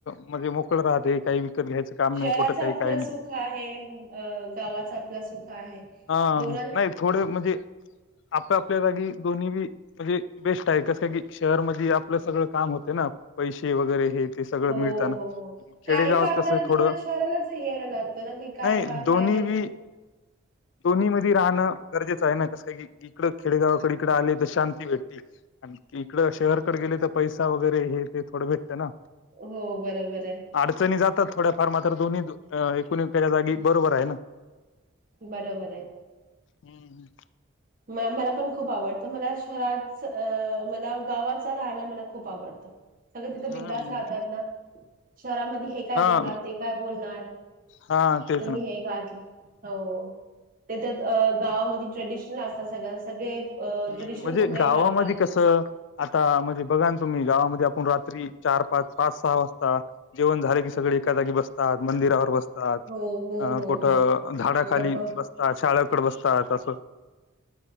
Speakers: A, on the left; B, on the right.
A: म्हणजे मोकळ राहते काही घ्यायचं काम नाही
B: शहराचं
A: कुठं काही
B: आपलं
A: काही नाही
B: सुख आहे अ गावाचं आपलं सुख आहे.
A: हा
B: दो
A: नाही थोडे म्हणजे आप आपल्या जागी दोन्ही बी म्हणजे बेस्ट आहे कस की शहरमध्ये आपलं सगळं काम होते ना, पैसे वगैरे हे ते सगळ
B: हो,
A: मिळतं ना.
B: हो, हो. काही
A: खेडेगावात
B: काम
A: कस
B: करायला
A: थोड
B: तुम्हाला शहरालाच यायला लागतं ना, की काय
A: नाही
B: काम
A: दोन दोनी
B: आहे हे
A: बी
B: ते.
A: दोनी मध्ये ते रहाणं गरजेचं आहे कस काय की, इकडं खेडेगावाकडे इकडं आले तर शांती भेटती आणि तिकडं तर शहरकडे गेलं तर पैसा वगैरे हे ते थोडं भेटतं ना.
B: हो, बरोबर आहे.
A: अडचणी जातात थोड्या फार मात्र दोन्ही एकूण तेच्या जागी बरोबर आहे ना.
B: बरोबर आहे.
A: हम्म हम्
B: म मला पण खूप आवडतं मला शहरच अ मला गावाचा राहण मला खूप आवडतं सगळे तिथे बिंदास
A: हम्म
B: राहतात ना शहरामध्ये हे काय
A: हा
B: बोलणार ते काय बोलणार
A: हा तेच
B: तुम्ही
A: ना
B: हे घातले हो त्याच्यात गावामध्ये ट्रेडिशनल असतात सगळ सगळे अ,
A: ह्
B: ट्रेडिशनल
A: म्हणजे
B: कपडे
A: गावामध्ये
B: घालतात.
A: कसं आता म्हणजे बघा ना तुम्ही गावामध्ये आपण रात्री चार पाच पाच सहा वाजता जेवण झाले की सगळे एखाजागी बसतात मंदिरावर बसतात
B: हो, हो,
A: अ
B: हो,
A: कुठं
B: हो.
A: झाडाखाली
B: गप्प
A: बसतात शाळेकडे बसतात असं